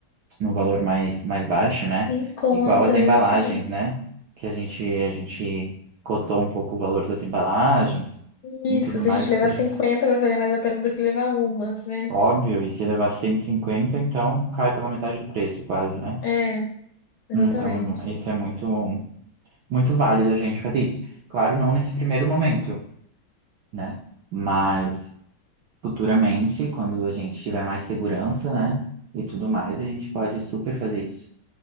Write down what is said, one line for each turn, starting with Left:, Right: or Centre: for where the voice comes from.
Right: num valor mais, mais baixo, né?
Left: Em conta,
Right: Igual as embalagens,
Left: exatamente.
Right: né? Que a gente, a gente cotou um pouco o valor das embalagens
Left: Isso,
Right: e tudo
Left: se
Right: mais.
Left: a gente levar
Right: A gente-
Left: 50 vai valer mais a pena do que levar uma, né?
Right: óbvio, e se levar 150, então cai pela metade do preço, quase, né?
Left: É, exatamente.
Right: Então, é mu- isso é muito, muito válido a gente fazer isso. Claro, não nesse primeiro momento, né? Mas futuramente, quando a gente tiver mais segurança, né? E tudo mais, a gente pode super fazer isso.